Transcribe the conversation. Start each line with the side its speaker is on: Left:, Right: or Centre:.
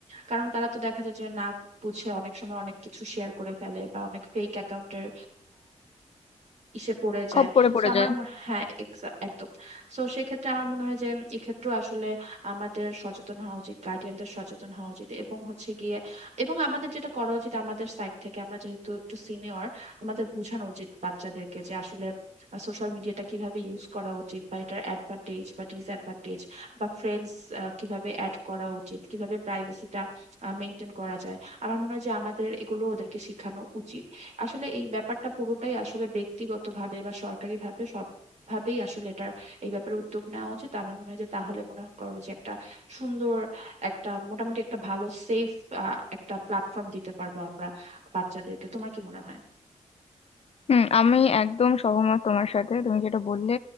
Right: কারণ তারা তো দেখা যায় যে না বুঝে অনেক সময় অনেক কিছু শেয়ার করে ফেলে বা অনেক ফেক অ্যাকাউন্টের ইসে পড়ে যায়
Left: খপ করে পড়ে
Right: সো আমার
Left: যায়
Right: মনে- হ্যাঁ exa- একদম সো সেক্ষেত্রে আমার মনে হয় যে এক্ষেত্রে আসলে আমাদের সচেতন হওয়া উচিত গার্ডিয়ানদের সচেতন হওয়া উচিত এবং হচ্ছে গিয়ে এবং আমাদের যেটা করা উচিত আমাদের সাইড থেকে আমরা যেহেতু একটু সিনিয়র আমাদের বোঝানো উচিত বাচ্চাদেরকে যে আসলে সোশ্যাল মিডিয়াটা কিভাবে ইউজ করা উচিত বা এটার অ্যাডভান্টেজ বা ডিসঅ্যাডভান্টেজ বা ফ্রেন্ডস কিভাবে অ্যাড করা উচিত কিভাবে প্রাইভেসিটা মেনটেন করা যায় আমার মনে হয় যে আমাদের এগুলো ওদেরকে শেখানো উচিত আসলে এই ব্যাপারটা পুরোটাই আসলে ব্যক্তিগতভাবে বা সরকারিভাবে সব ভাবেই আসলে এটার এই ব্যাপারে উদ্যোগ নেওয়া উচিত আমার মনে হয় যে তাহলে মনে করো যে একটা সুন্দর একটা মোটামুটি একটা ভালো সেফ একটা প্ল্যাটফর্ম দিতে পারবো আমরা বাচ্চাদেরকে তোমার কি মনে হয়
Left: হুম আমি একদম সহমত তোমার সাথে তুমি যেটা বললে